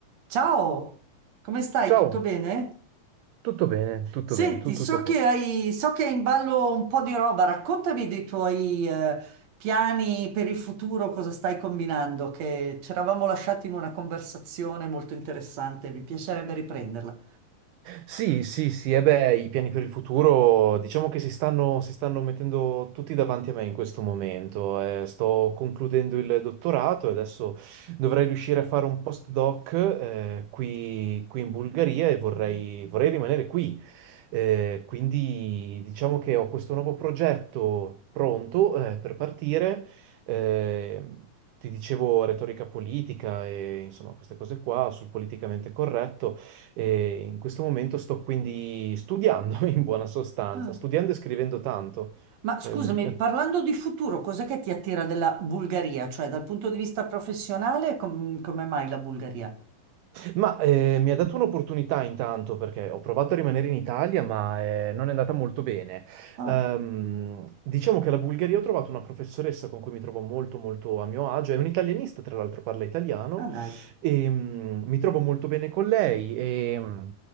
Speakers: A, on the right; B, on the right.
A: Ciao, come stai?
B: Ciao,
A: Tutto bene?
B: tutto bene, tutto
A: Senti,
B: bene, tutto,
A: so
B: tutto a posto.
A: che hai, so che hai in ballo un po' di roba, raccontami dei tuoi eh, piani per il futuro, cosa stai combinando, che ci eravamo lasciati in una conversazione molto interessante, mi piacerebbe riprenderla.
B: Sì, sì, sì, e beh, i piani per il futuro diciamo che si stanno, si stanno mettendo tutti davanti a me in questo momento. Eh, sto concludendo il dottorato e adesso dovrei riuscire a fare un postdoc eh, qui, qui in Bulgaria e vorrei, vorrei rimanere qui. Eh, quindi diciamo che ho questo nuovo progetto pronto eh, per partire. Eh, ti dicevo retorica politica e insomma queste cose qua sul politicamente corretto. E in questo momento sto quindi studiando, <laughs> in buona sostanza,
A: Ah,
B: studiando e scrivendo tanto.
A: Ma scusami,
B: Ehm,
A: parlando di futuro, cos'è che ti attira della Bulgaria? Cioè, dal punto di vista professionale, com- come mai la Bulgaria?
B: ma eh, mi ha dato un'opportunità intanto perché ho provato a rimanere in Italia, ma eh, non è andata molto bene.
A: Ah,
B: Ehm, diciamo che alla Bulgaria ho trovato una professoressa con cui mi trovo molto molto a mio agio, è un'italianista, tra l'altro parla italiano,
A: ah dai.
B: e mm, mi trovo molto bene con lei. E, mm,